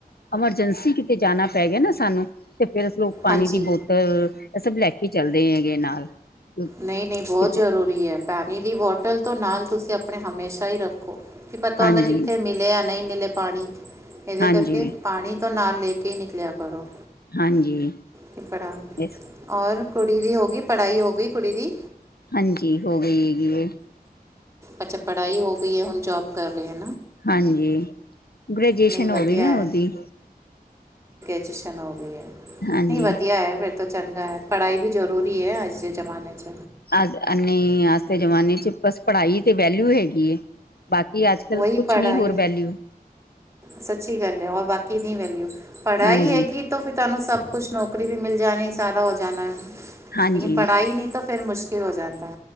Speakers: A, on the left; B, on the right.
A: ਐਮਰਜੈਂਸੀ। ਤੇ ਜਾਣਾ ਪੈ ਗਿਆ ਨਾ ਸਾਨੂੰ ਤੇ ਫੇਰ ਪਾਣੀ
B: ਹਾਂਜੀ
A: ਦੀ ਬੋਤਲ। ਇਹ ਸਭ ਲੈ ਕੇ ਚੱਲਦੇ ਹੈਗੇ ਨਾਲ। ਕਿਉਂਕਿ
B: ਨਹੀਂ ਨਹੀਂ ਬਹੁਤ
A: ਕਿਤੇ
B: ਜ਼ਰੂਰੀ ਹੈ ਪਾਣੀ ਦੀ ਬੋਟਲ ਤੋਂ ਨਾਲ ਤੁਸੀਂ ਆਪਣੇ ਹਮੇਸ਼ਾ ਹੀ ਰੱਖੋ। ਕੀ ਪਤਾ
A: ਹਾਂਜੀ
B: ਹੁੰਦਾ ਕਿੱਥੇ ਮਿਲੇ ਜਾਂ ਨਹੀਂ ਮਿਲੇ ਪਾਣੀ ਇਹਦੇ
A: ਹਾਂਜੀ
B: ਕਰਕੇ ਪਾਣੀ ਤੋਂ ਨਾਲ ਲੈ ਕੇ। ਕੇ ਨਿਕਲਿਆ ਕਰੋ
A: ਹਾਂਜੀ
B: ਕੀ ਪੜਾ
A: ਇਸ
B: ਔਰ ਕੁਛ। ਕੁੜੀ ਦੀ ਹੋ ਗਈ ਪੜ੍ਹਾਈ ਹੋ ਗਈ ਕੁੜੀ ਦੀ?
A: ਹਾਂਜੀ ਹੋ ਗਈ ਹੈਗੀ ਇਹ।
B: ਅੱਛਾ ਪੜ੍ਹਾਈ ਹੋ ਗਈ ਹੈ ਹੁਣ ਜੋਬ ਕਰ ਰਹੇ ਹੋ।
A: ਹਾਂਜੀ ਗ੍ਰੈਜੂਏਸ਼ਨ
B: ਨਹੀਂ ਵਧੀਆ
A: ਹੋ ਗਈ ਨਾ ਉਹਦੀ।
B: ਚਲੋ ਫਿਰ
A: ਹਾਂਜੀ
B: ਨਹੀਂ ਵਧੀਆ ਹੈ ਫਿਰ। ਤਾਂ ਚੰਗਾ ਹੈ ਪੜ੍ਹਾਈ ਵੀ ਜ਼ਰੂਰੀ ਹੈ ਅੱਜ ਦੇ ਜ਼ਮਾਨੇ 'ਚ
A: ਅਜ ਇਨੀ ਅਜ ਦੇ ਜਮਾਨੇ ਚ ਬਸ ਪੜ੍ਹਾਈ ਦੀ ਤੇ ਵੈਲਊ ਹੈਗੀ ਏ। ਅੱਜ ਕੱਲ੍ਹ
B: ਵਹੀ
A: ਕੁਛ
B: ਪੜ੍ਹਾਈ
A: ਨਹੀਂ ਹੋਰ
B: ਹੈ
A: ਵੈਲਿਊ।
B: ਸੱਚੀ ਗੱਲ ਹੈ ਹੋਰ ਬਾਕੀ ਦੀ ਵੈਲਿਊ ਪੜ੍ਹਾਈ
A: ਹਾਂਜੀ
B: ਹੈਗੀ ਫਿਰ ਤੁਹਾਨੂੰ ਸਭ ਕੁਛ ਨੌਕਰੀ ਵੀ ਮਿਲ ਜਾਣੀ ਸਾਰਾ ਹੋ ਜਾਣਾ ਲੇਕਨ
A: ਹਾਂਜੀ
B: ਪੜ੍ਹਾਈ ਨਹੀਂ ਤਾਂ। ਫੇਰ ਮੁਸ਼ਕਿਲ ਹੋ ਜਾਂਦਾ।